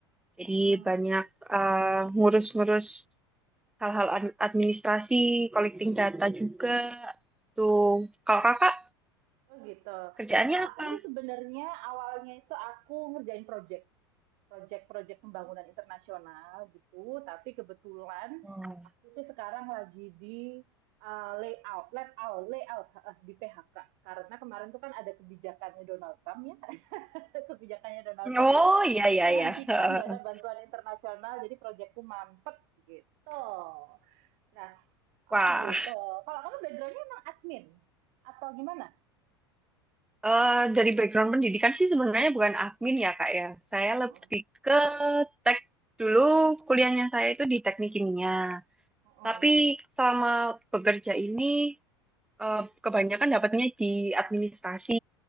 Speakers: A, in the centre; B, on the right.
A: Jadi
B: Hmm,
A: banyak eh, ngurus-ngurus hal-hal ad- administrasi, collecting data juga. Tuh, kalau kakak
B: oh gitu.
A: kerjaannya
B: Kalau
A: apa?
B: aku sih sebenarnya awalnya itu aku ngerjain project. Proyek-proyek pembangunan internasional gitu, tapi kebetulan
A: Oh.
B: aku tuh sekarang lagi di uh, layout, layout, layout heeh, di PHK karena kemarin tuh kan ada kebijakannya Donald Trump ya, <laughs> kebijakannya Donald Trump
A: Oh,
B: itu
A: iya, iya,
B: menghentikan
A: iya. <laughs>
B: dana bantuan internasional, jadi proyekku mampet gitu. Nah, oh
A: Wah.
B: gitu. Kalau kamu backgroundnya emang admin atau gimana?
A: Eh, dari background pendidikan sih sebenarnya bukan admin ya Kak ya. Saya
B: Heeh.
A: lebih ke tek dulu kuliahnya saya itu di teknik kimia.
B: Heeh.
A: Tapi selama bekerja ini eh, kebanyakan dapatnya di administrasi.